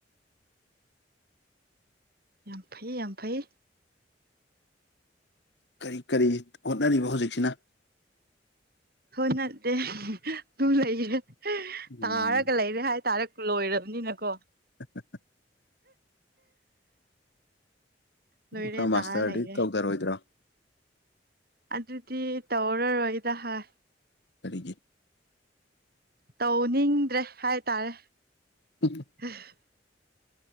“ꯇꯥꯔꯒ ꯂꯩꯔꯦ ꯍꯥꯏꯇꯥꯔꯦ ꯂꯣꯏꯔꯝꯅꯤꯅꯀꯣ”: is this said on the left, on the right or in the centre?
Right